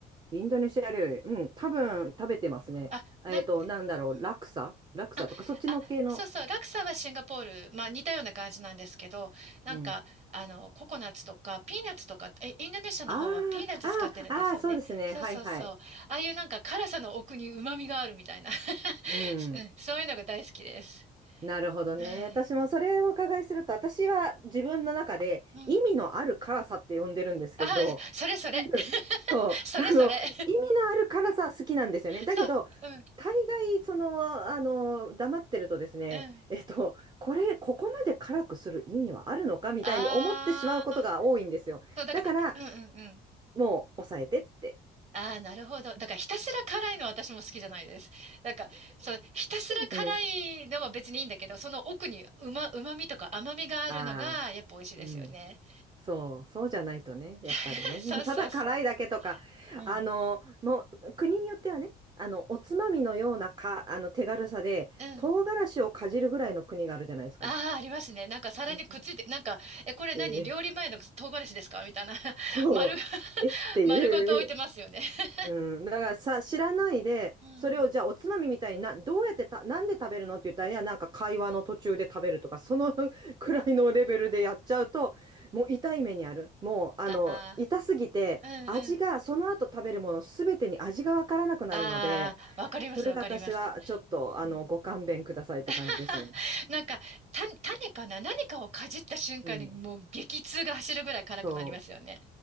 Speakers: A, on the right; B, on the right.
A: インドネシア料理、うん、多分食べてますね。
B: あ、
A: えっと、
B: なん、
A: なんだろう、
B: うん
A: ラクサラクサとか、
B: あ、
A: そっちの系の。
B: あ、そうそう、ラクサはシンガポール、まあ似たような感じなんですけど、なんか、
A: うん。
B: あの、ココナッツとか、ピーナッツとか、え、インドネシアの方はピーナッツ使ってるんですよね。
A: ああ、ああ、ああ、そうですね。
B: そうそうそう。
A: はいはい。
B: ああいうなんか辛さの奥に旨味があるみたいな。<laughs>
A: うん。
B: うんそういうのが大好きです。
A: なるほどね。
B: はい。
A: 私もそれをお伺いすると、私は自分の中で意味のある辛さって呼んでるんですけど、
B: うん。ああ、それそれ。
A: <laughs>
B: <laughs>
A: そう、<laughs>
B: それそれ。
A: あの、意味のある辛さ好きなんですよね。だけど、
B: そう。うん。
A: 大概、その、あの、黙ってるとですね、
B: うん。
A: えっと、これ、ここまで辛くする意味はあるのかみたいに思ってしまうことが多いんですよ。
B: ああ。そう、だから、
A: だから、
B: うんうんうん。
A: もう、抑えてって。
B: ああ、なるほど。だからひたすら辛いのは私も好きじゃないです。なんか、そう、ひたすら辛いのは別にいいんだけど、
A: うん。
B: その奥にうま、うまみとか甘みがあるのが、
A: ああ、
B: やっぱ美味しいですよね。
A: うん。そう、そうじゃないとね、やっぱりね。
B: <laughs> そうそうそう。
A: <laughs> ただ辛いだけとか、
B: うん。
A: あの、もう、国によってはね、あの、おつまみのようなか、あの、手軽さで、
B: うん。
A: 唐辛子をかじるぐらいの国があるじゃないですか。
B: ああ、ありますね。なんか皿にくっついて、
A: え
B: なんか、え、これ何料理前の唐辛子ですかみたいな。
A: ー
B: <laughs>
A: そう、
B: 丸、
A: えっていう、
B: <laughs> 丸ごと置いてますよね。<laughs>
A: うん、だからさ、知らないで、
B: うん。
A: それをじゃあおつまみみたいにな、どうやってた、なんで食べるのって言ったら、いや、なんか会話の途中で食べるとか、その <laughs> くらいのレベルでやっちゃうと、もう痛い目にある。もう、あの、
B: ああ、
A: 痛すぎて、
B: うんうん。
A: 味が、その後食べるものすべてに味がわからなくなるので、
B: ああ、わかります、
A: それが私はちょっと、
B: わかります。
A: あの、
B: うん
A: ご勘弁くださいって感じですね。
B: <laughs> なんか、た、種かな何かをかじった瞬間にもう激痛が走るぐらい辛くなりますよね。
A: うん、そ